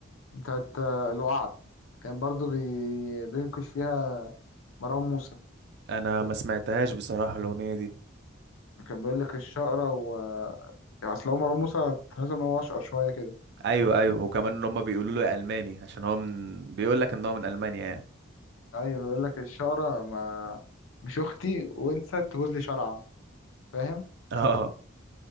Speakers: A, on the left; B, on the right.
A: بتاعت آه، الوعد كان برضو بي... بينكش فيها مروان موسى
B: انا ما سمعتهاش بصراحة الاغنية دي
A: كان بيقول لك الشقرة و... يعني اصل هو مروان موسى تحس ان هو اشقر شويه كده
B: ايوه ايوه وكمان ان هم بيقولوا له يا الماني عشان هو من بيقول لك ان هو من المانيا يعني
A: ايوه بيقول لك الشقره ما مش اختي وانسى تجوز لي شرعا فاهم
B: اه